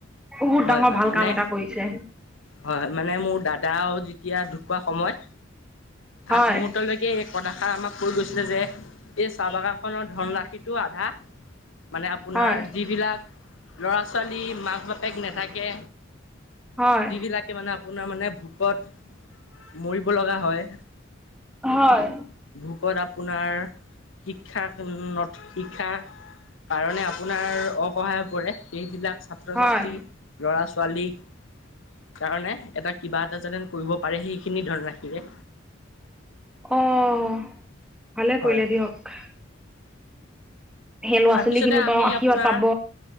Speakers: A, in the centre; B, on the left.
A: বহুত
B: হয়
A: ডাঙৰ
B: হয়
A: ভাল
B: মানে
A: কাম এটাক কৰিছে।
B: হয়, মানে মোৰ দাদাও যেতিয়া ঢুকোৱা সময়,
A: হয়
B: আগমোহূৰ্তলৈকে এই কথাষাৰ আমাক কৈ গৈছিলে যে, এই চাহ বাগান খনৰ ধনৰাশিটো আধা মানে, আপোনাৰ
A: হয়
B: যিবিলাক ল'ৰা ছোৱালী মাক বাপেক নেথাকে
A: হয়
B: যিবিলাকে মানে আপোনাৰ মানে ভোকত মৰিব লগা হয়।
A: হয়।
B: ভোকত আপোনাৰ শিক্ষা নথ শিক্ষাৰ কাৰণে আপোনাৰ অসহায় হৈ পৰে, সেইবিলাক ছাত্ৰ
A: হয়
B: ছাত্ৰী ল'ৰা ছোৱালীক কাৰণে এটা কিবা এটা যেন কৰিব পাৰে, সেইখিনি ধনৰাশিৰে।
A: অ', ভালে
B: হয়
A: কৰিলে
B: হয়
A: দিয়ক। সেই ল'ৰা
B: তাৰপিছতে
A: ছোৱালী খিনি
B: আমি
A: পাও আশীৰ্বাদ
B: আপোনাৰ
A: পাব